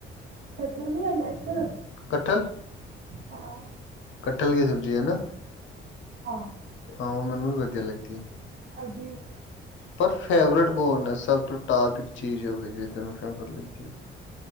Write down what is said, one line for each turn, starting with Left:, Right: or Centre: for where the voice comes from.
Right: ਕਠਲ ਨੀ ਆਉਂਦਾ ਇੱਕ
Left: ਕਠਲ।
Right: ਹਾਂ।
Left: ਕਠਲ ਕੀ ਸਬਜ਼ੀ ਹੈਨਾ?
Right: ਹਾਂ।
Left: ਹਾਂ ਉਹ ਮੈਨੂੰ ਵੀ ਵਧੀਆ ਲੱਗਦੀ ਹੈ।
Right: ਅਰਬੀ
Left: ਪਰ ਫੇਵਰੇਟ ਕੌਣ ਹੈ? ਸਭ ਤੋਂ ਟੋਪਿਕ ਚੀਜ਼ ਹੋਵੇ ਜੇੜੀ ਤੈਨੂੰ ਫੇਵਰੇਟ ਲੱਗੀ ਹੋਵੇ?